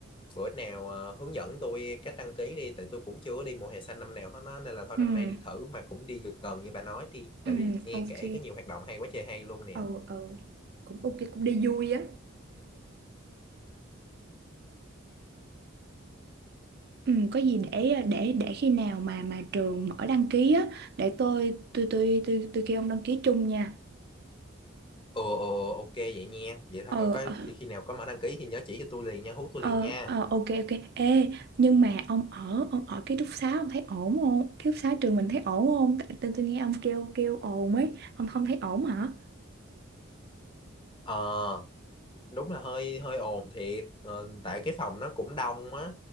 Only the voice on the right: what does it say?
ừ
ừ
ok
ừ ừ cũng ok cũng đi vui á ừ có gì để để để khi nào mà mà trường mở đăng ký á để tôi tôi tôi tôi tôi kêu ông đăng ký chung nha
ờ
ờ.
Ờ,
ờ, ok ok Ê, nhưng mà ông ở ông ở ký túc xá ông thấy ổn không? Ký túc xá trường mình thấy ổn không? Tại tôi, tôi nghe ông kêu kêu ồn ấy, ông không thấy ổn hả?